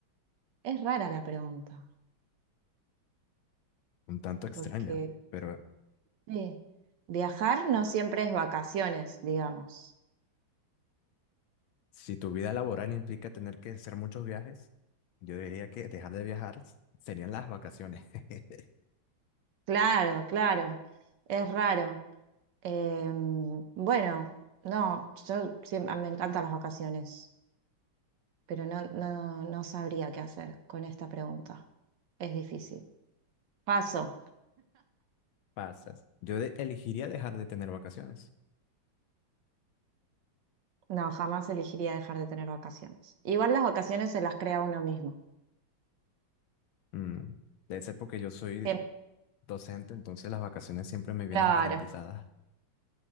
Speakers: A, on the right; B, on the left.
A: Es rara la pregunta,
B: Un tanto extraña,
A: porque
B: pero
A: ¿viste? viajar no siempre es vacaciones, digamos.
B: Si tu vida laboral implica tener que hacer muchos viajes, yo diría que dejar de viajar s- serían las vacaciones. <laughs>
A: Claro, claro, es raro. Em, bueno, no, yo siempre, me encantan las vacaciones, pero no, no, no sabría qué hacer con esta pregunta. Es difícil. Paso.
B: Pasas. Yo de- elegiría dejar de tener vacaciones.
A: No, jamás elegiría dejar de tener vacaciones. Igual las vacaciones se las crea uno mismo.
B: Mm, Debe ser porque yo soy
A: Siempre.
B: docente, entonces las vacaciones siempre me vienen
A: Claro.
B: garantizadas.